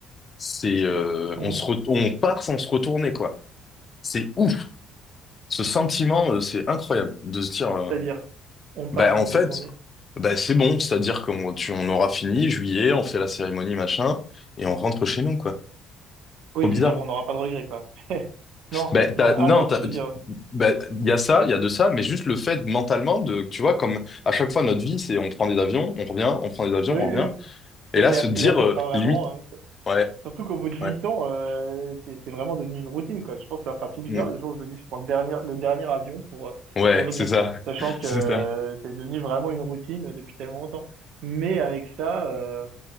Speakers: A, on the left (about 35°); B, on the right (about 55°).
A: c'est, euh,
B: Mmh.
A: on se, re- on part sans se retourner, quoi. C'est ouf. Ce sentiment, euh, c'est incroyable de se dire. euh,
B: C'est-à-dire, on part
A: Bah,
B: sans
A: en
B: se
A: fait,
B: retourner.
A: bah, c'est bon, c'est-à-dire qu'on tu, on aura fini, juillet, on fait la cérémonie, machin, et on rentre chez nous, quoi.
B: Oui,
A: Trop
B: je
A: bizarre.
B: veux dire, on n'aura pas de regrets, quoi. <laughs> Non,
A: Bah, t'as-
B: non, ah
A: non,
B: non,
A: t'as-
B: tu veux dire,
A: bah, il y a ça, il y a de ça, mais juste le fait mentalement de, tu vois, comme à chaque fois notre vie, c'est on prend des avions, on revient, on prend des avions,
B: oui,
A: on
B: oui,
A: revient,
B: oui,
A: et
B: c'est
A: là,
B: clair.
A: se dire,
B: Et là, ce
A: euh,
B: sera vraiment,
A: limite,
B: euh,
A: ouais,
B: surtout qu'au bout de huit
A: ouais,
B: ans, euh, c'est c'est vraiment devenu une routine, quoi. Je pense que ça fera tout bizarre
A: mm,
B: le jour où je me dis, je prends le dernier, le dernier avion pour, euh,
A: ouais,
B: pour venir.
A: c'est ça,
B: Sachant
A: <laughs>
B: que
A: c'est
B: euh,
A: ça,
B: c'est devenu vraiment une routine depuis tellement longtemps. Mais avec ça, euh,